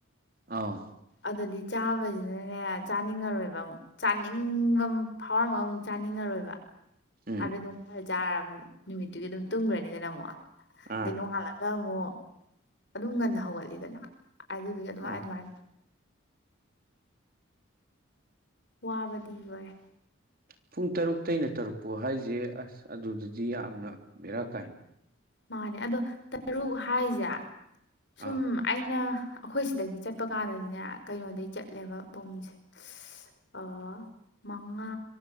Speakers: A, on the right (about 45°); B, on the left (about 60°).
A: ꯑꯧ
B: ꯑꯗꯨꯗꯤ ꯆꯥꯕꯖꯤꯗꯅꯦ ꯆꯥꯅꯤꯡꯉꯔꯣꯏꯕ ꯑꯃꯨꯛ ꯆꯥꯅꯤꯡꯕ ꯐꯥꯎꯔꯝꯃꯒ ꯑꯃꯨꯛ ꯆꯥꯅꯤꯡꯉꯔꯣꯏꯕ
A: ꯎꯝ
B: ꯑꯥꯗꯗꯨꯝ ꯈꯔ ꯆꯥꯔꯕꯨꯛ ꯅꯨꯃꯤꯠꯇꯨꯒꯤ ꯑꯗꯨꯝ ꯇꯨꯝꯒꯔꯅꯤꯗꯅ ꯑꯃꯨꯛ
A: ꯑꯥ
B: ꯑꯗꯩ ꯅꯣꯡꯉꯥꯜ ꯂꯛ ꯗꯃꯨꯛ ꯑꯗꯨꯝ ꯉꯟꯅ ꯍꯧꯒꯠꯂꯤꯗꯅ ꯑꯗꯨꯗꯨꯒꯤ ꯑꯗꯨꯃꯥꯏ
A: ꯑꯥ
B: ꯑꯗꯨꯃꯥꯏ ꯋꯥꯕꯗꯤ ꯂꯣꯔꯦ
A: ꯄꯨꯡ ꯇꯔꯨꯛꯇꯩꯩꯅ ꯇꯔꯨꯛꯄꯨꯛ ꯍꯥꯏꯖꯩ ꯑꯁ ꯑꯗꯨꯗꯗꯤ ꯌꯥꯝꯅ ꯕꯦꯔꯥ ꯀꯥꯏ
B: ꯃꯥꯅꯦ ꯑꯗꯣ ꯇꯔꯨꯛ ꯍꯥꯏꯖꯦ ꯁꯨꯝ
A: ꯑꯥ
B: ꯑꯩꯅ ꯑꯩꯈꯣꯏ ꯁꯤꯗꯒꯤ ꯆꯠꯄ ꯀꯥꯟꯗꯗꯤꯅꯦ ꯀꯩꯅꯣꯗꯩ ꯆꯠꯂꯦꯕ ꯄꯨꯡꯁꯦ ꯏꯁ ꯑ ꯃꯪꯉꯥ